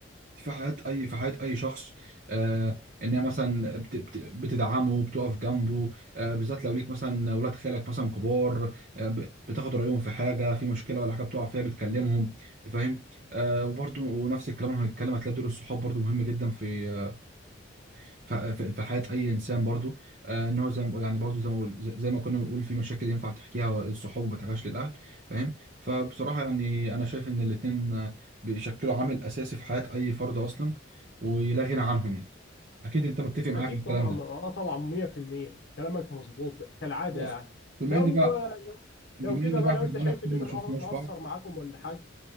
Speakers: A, on the right; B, on the left.
A: في حياة أي في حياة أي شخص آه إنها مثلا بت- بت- بتدعمه بتقف جنبه آه بالذات لو ليك مثلا ولاد خالك مثلا كبار آه ب- بتاخد رأيهم في حاجة في مشكلة ولا حاجة بتقع فيها بتكلمهم فاهم آه وبرضه ونفس الكلام هنتكلم هتلاقي دور الصحاب برضه مهم جدا في آه، ف- ف- في حياه اي انسان برضو آه، ان هو زي ما بقول- يعني برضو زي ما بقول- زي زي ما كنا بنقول في مشاكل ينفع تحكيها للصحاب وما تحكيهاش للاهل فاهم فبصراحه يعني انا شايف ان الاثنين بيشكلوا عامل اساسي في حياه اي فرد اصلا ولا غنى عنهم يعني اكيد انت متفق معايا
B: اكيد
A: في الكلام
B: طبعا
A: ده
B: اه طبعا 100% كلامك مظبوط كالعاده
A: خلاص
B: يعني
A: بما
B: لو
A: ان بقى
B: آه، لو
A: بما
B: لو كده
A: ان
B: بقى
A: بقى احنا
B: لو انت
A: بقالنا
B: شايف
A: كتير
B: ان انا
A: ما
B: مقه-
A: شفناش
B: مقصر
A: بعض
B: معاكم ولا حاجه